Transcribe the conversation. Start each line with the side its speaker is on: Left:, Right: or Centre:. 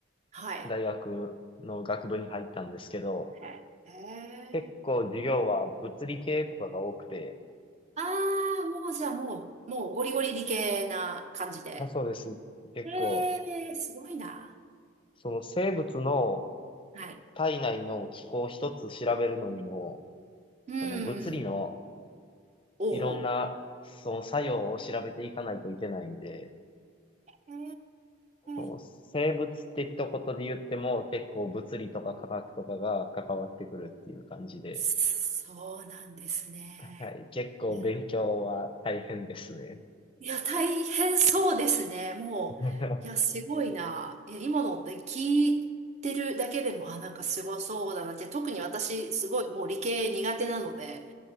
Right: はい。
Left: 大学の学部に入ったんですけど、
Right: へえ。へー
Left: 結構授業は物理系とかが多くて、
Right: ああ、もうじゃあもう、もうゴリゴリ理系な感じで。
Left: まあそうです。結構、
Right: ええすごいな。
Left: その生物の
Right: はい。
Left: 体内の機構一つ調べるのにも、
Right: うん。
Left: その物理の
Right: おうお
Left: いろんなその作用を調べていかないといけないんで、
Right: う。へ
Left: そう生物的とことで言っても結構物理とか科学とかが関わってくるっていう感じで、
Right: え。そうなんですね。
Left: はい、結構勉強は大変ですね。
Right: なるほど。いや、大変そうですね。もう、
Left: <laughs>
Right: いや、すごいな。いや、今のって聞いてるだけでも、あ、なんかすごそうだなって、特に私、すごいもう理系苦手なので、